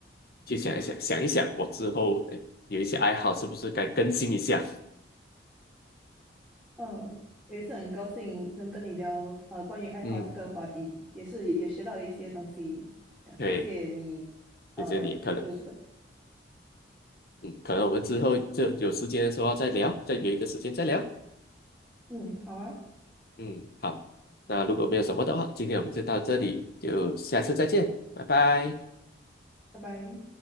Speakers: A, on the left (about 50°); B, in the centre.
A: 去想一想，想一想我之后，诶，有一些爱好是不是该更新一下？
B: 嗯，我也是很高兴能跟你聊呃关于爱好这个话题，
A: 嗯，
B: 也是也学到了一些东西，呃谢谢你，
A: 对，
B: 呃，
A: 谢谢你，可能，
B: 有这个，
A: 嗯，可能我们之后就有时间的时候再聊，再约一个时间再聊。
B: 嗯，好啊，
A: 嗯，好，那如果没有什么的话，今天我们就到这里，就下次再见，拜拜。
B: 拜拜。